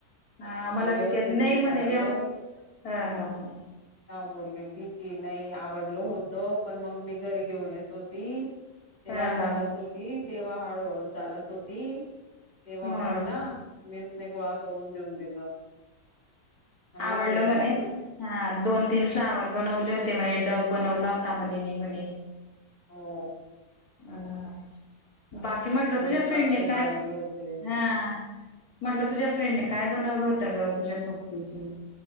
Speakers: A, on the left; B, on the left.
A: हा आमला
B: पण व्यवस्थित
A: भी त्यात नाही
B: विचारलं
A: म्हणे व्यव ह ह हा.
B: बोलली ती की नाही आवडलो होत. त पण मग मी घरी घेऊन येत होती तेव्हा
A: ह
B: चालत
A: ह ह
B: होती. ती तेव्हा हळूहळू चालत होती. तेव्हा
A: म्हणून
B: मग ना मीसने गोळा करून देऊन दिलं. आणि
A: आवडल
B: लागली रडायला
A: म्हणे. हा दोन तीन फ्लावर बनवले होते म्हणे डग बनवला होता म्हणे मी म्हणे.
B: हो
A: अ बाकी म्हटलं
B: अजून
A: तुझ्या
B: द्राक्ष
A: फ्रेंडने
B: बनवले
A: काय
B: होते
A: हा. म्हटलं तुझ्या फ्रेंड ने काय बनवलं होतं ग तुझ्या सोबतीची.